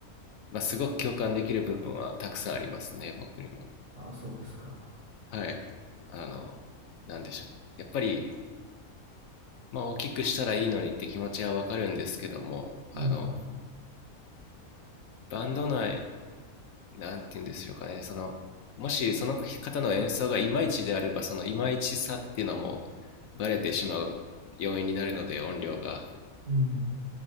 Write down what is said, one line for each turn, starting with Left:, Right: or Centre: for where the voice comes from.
Left: まあ、すごく共感できる部分はたくさんありますね、僕にも。
Right: あ、そうですか。
Left: はい。あの、なんでしょう。やっぱり、まあ、大きくしたらいいのにって気持ちはわかるんですけども、
Right: うん。
Left: あの、バンド内、なんて言うんでしょうかね、その、もしその方の演奏がいまいちであれば、そのいまいちさっていうのもバレてしまう要因になるので、音量が。
Right: うん。